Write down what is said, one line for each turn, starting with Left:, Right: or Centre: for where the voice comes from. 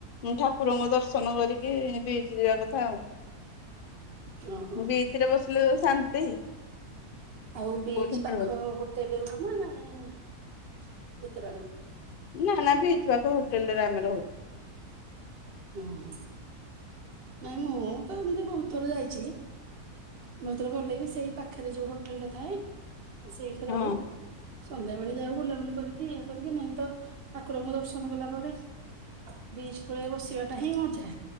Left: ଠାକୁରଙ୍କୁ ଦର୍ଶନ କରିକି ବିଚ୍ ଯିବା କଥା ଆଉ।
Right: ଓହୋ।
Left: ବିଚ୍ ରେ ବସିଲେ ଯୋଉ ଶାନ୍ତି ଆଉ
Right: ଆଉ ବିଚ୍
Left: କୋଉଠୁ
Right: ପାଖ
Left: ମିଳିବନି।
Right: <unintelligible>
Left: ନା ନା ବିଚ୍ ପାଖ ହୋଟେଲ ରେ ଆମେ ରହୁ।
Right: ଅଁ ହଁ ନାଇଁ ମୁଁ ତ ଏମିତି ବହୁତ ଥର ଯାଇଛି। ମାତ୍ର ଗଲେବି ସେଇ ପାଖେରେ ଯୋଉ ହୋଟେଲ ଟା ଥାଏ ସେଇଠି
Left: ହଁ
Right: ରହୁ। ସନ୍ଧ୍ୟା ବେଳେ ଯାଉ ବୁଲାବୁଲି କରିକି ଇଏ କରିକି ମେନ ତ ଠାକୁରଙ୍କୁ ଦର୍ଶନ କଲା ପରେ ବିଚ୍ କୂଳେ ବସି ବାଟା ହିଁ ମଜା